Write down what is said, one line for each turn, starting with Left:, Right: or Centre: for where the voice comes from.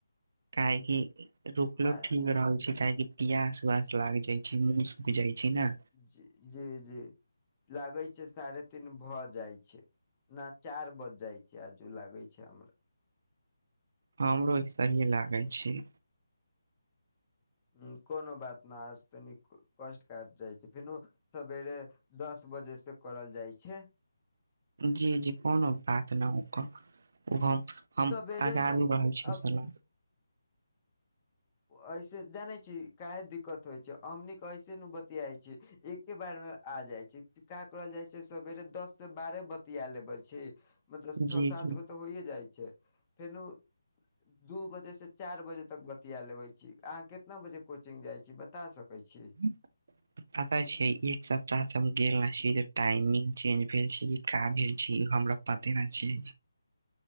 Right: काहेकि रुकलो
Left: मा
Right: ठीक रहल छै काहेकि पियास उवास लाग जाय छैय मुँह सुख जाय छैय ने।
Left: जी जी जी लागैय छैय साढ़े तीन भऽ जाय छैय। ना चार बज जाय छैय, आजू लागैय छैय हमरा।
Right: हमरो ऐसहीयें लागैय छैय।
Left: उम्म कोनो बात ना आज तनिक कष्ट <unintelligible> जाय छै फेनू सबेरे दस बजे से करल जाय छैय।
Right: जी जी कोनो बात ना ओकर उ हम हम
Left: सवेरे
Right: अगाड़ी रहल छीयै
Left: अ
Right: सलाह।
Left: ऐसे जानैय छी कैय दिक्कत होय छै हमनी क ऐसे न बत एक्के बार में आ जाय छैय। का करल जाय छै सवेरे दस से बारह बतिया लेबै छी मतलब
Right: जी
Left: छ सात
Right: जी
Left: गो तऽ होइये जाय छै फेनू दू बजे से चार बजे तक बत तिया लेबैय छी, अहाँ केितना बजे कोचिंग जाय छी बता सकैय छी?
Right: <unintelligible> पता छैय एक सप्ताह सँ हम गेल ना छी, जे टाइमिंग चेंज भेल छै कि का भेल छै, हमरा पते ना छै।